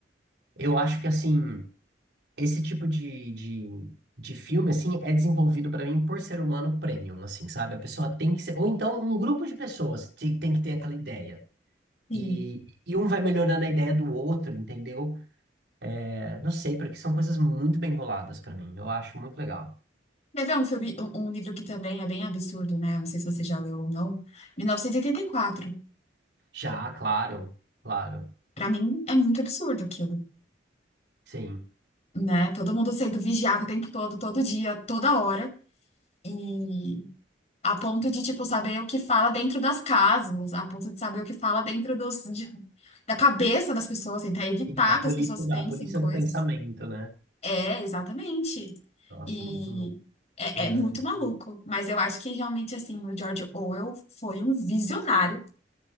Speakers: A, on the right; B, on the left.
A: eu acho que, assim, esse tipo de, de, de filme, assim, é desenvolvido para mim por ser humano premium, assim, sabe? A pessoa tem que ser, ou então um grupo de pessoas te- tem que ter aquela ideia.
B: Sim.
A: E, e um vai melhorando a ideia do outro, entendeu? É, não sei, porque são coisas muito bem boladas pra mim. Eu acho muito legal.
B: Quer ver um filme, um, um livro que também é bem absurdo, né? Não sei se você já leu ou não. 1984.
A: Já, claro, claro.
B: Para mim, é muito absurdo aquilo,
A: Sim.
B: né? Todo mundo sendo vigiado o tempo todo, todo dia, toda hora. E A ponto de, tipo, saber o que fala dentro das casas, a ponto de saber o que fala dentro dos, de- da cabeça das pessoas, tentar evitar
A: Sim, a polícia,
B: que as pessoas pensem
A: a polícia
B: coisas.
A: do pensamento, né?
B: É, exatamente.
A: Nossa,
B: E
A: muito louco
B: é,
A: lembrar
B: é muito
A: disso.
B: maluco. Mas eu acho que realmente, assim, o George Orwell foi um visionário.